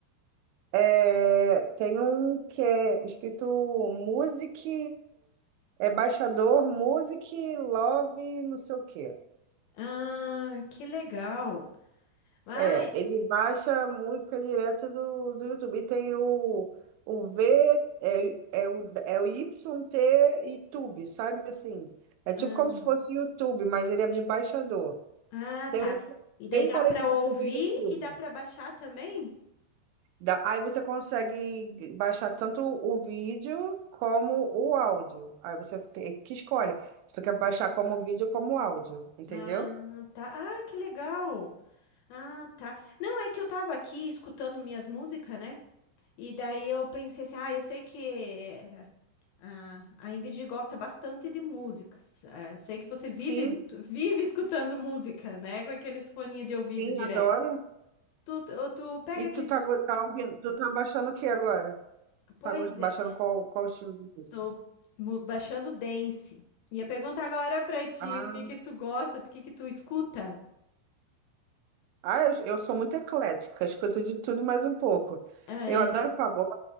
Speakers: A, on the right; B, on the left.
A: É, tem um que é escrito Music, é baixador Music Love não sei o quê.
B: Ah, que legal. Ai,
A: É, ele baixa a música direto do, do YouTube. E tem o, o V, é, é o, é o YT e Tube, sabe assim? É
B: ah,
A: tipo como se fosse YouTube, mas ele é de baixador.
B: ah,
A: Tem
B: tá.
A: um
B: E daí
A: bem
B: dá
A: parecido
B: para ouvir
A: com o do YouTube.
B: e dá para baixar também?
A: Da- aí você consegue baixar tanto o vídeo como o áudio. Aí você tem que escolhe se tu quer baixar como vídeo como áudio, entendeu?
B: Ah, tá. Ah, que legal. Ah, tá. Não, é que eu tava aqui escutando minhas músicas, né? E daí eu pensei assim, ah, eu sei que eh, a, a Ingrid gosta bastante de músicas. Eh, Eu sei que você vive,
A: Sim,
B: tu vive escutando música, né? Com aqueles foninhos de ouvido
A: sim,
B: direto.
A: adoro.
B: Tu, tu, tu pega
A: E
B: aqui,
A: tu tá, go- tá ouvindo, tu tá baixando o que agora?
B: pois
A: Tá gost- baixando
B: é,
A: qual, qual estilo de música?
B: tô mu- baixando dance. Ia perguntar agora pra ti,
A: Ah,
B: o que que tu gosta, o que que tu escuta?
A: ah, eu, eu sou muito eclética, escuto de tudo mais um pouco.
B: Ah,
A: Eu
B: é.
A: adoro pagode,